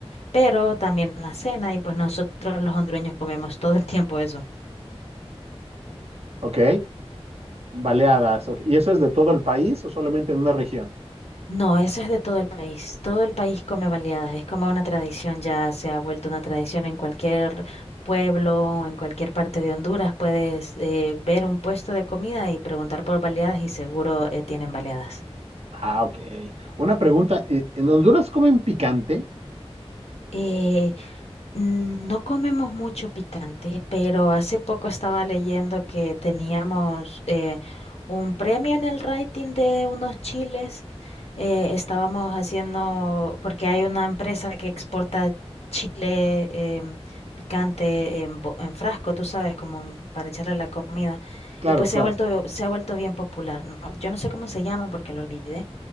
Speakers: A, on the left; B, on the right.
A: pero también la cena y pues nosotros los hondureños comemos todo el tiempo eso.
B: Ok, baleadas. ok. ¿Y eso es de todo el país o solamente en una región?
A: No, eso es de todo el país. Todo el país come baleadas. Es como una tradición, ya se ha vuelto una tradición en cualquier pueblo o en cualquier parte de Honduras. Puedes eh, ver un puesto de comida y preguntar por baleadas y seguro eh, tienen baleadas.
B: Ah, ok. Una pregunta, ¿en en Honduras comen picante?
A: Eh, Mm, No comemos mucho picante, pero hace poco estaba leyendo que teníamos eh, un premio en el rating de unos chiles. Eh, estábamos haciendo, porque hay una empresa que exporta chile em, picante en, bo- en frasco, tú sabes, como un- para echarle a la comida.
B: Claro,
A: Y pues
B: claro.
A: se ha vuelto, se ha vuelto bien popular, ¿no? Yo no sé cómo se llama porque lo olvidé